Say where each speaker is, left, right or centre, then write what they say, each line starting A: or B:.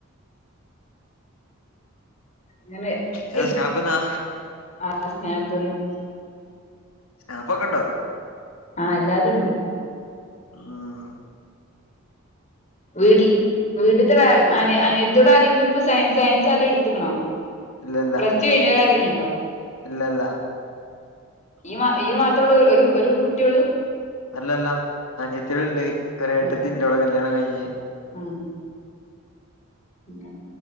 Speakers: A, on the left; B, on the left.
A: അങ്ങനെ
B: ഏത്
A: ഇ
B: സ്നാപ്പ്ന്നാ
A: ആ സ്നേഹത്തിന്ന്.
B: സ്നാപ്പൊക്കെ ണ്ടോ?
A: ആഹ് എല്ലാതും ഉണ്ട്.
B: ആഹ്
A: വീട് വീട്ടത്തെ അനി അനിയത്തോട് ആരെങ്കിലും ഇപ്പ സയൻ സയൻസ് ആരേലും ഇടതുക്കുണോ?
B: ഇല്ലല്ല
A: പ്ലസ് ടു കൈുന്നേര ആരെലുണ്ടോ?
B: ഇല്ലല്ല
A: ഈ മാ ഇയ്യ് മാത്ര ഉള്ളൂ ഒരു ഒരു കുട്ടിയള്ളൂ.
B: അല്ലല്ല അനിയത്തിയാല്ണ്ട് ഒര് ഏട്ടത്തി
A: ഉം
B: ഉണ്ട് ഓളെ കല്യാണം കഴിഞ്ഞ്.
A: ഉം പിന്നെ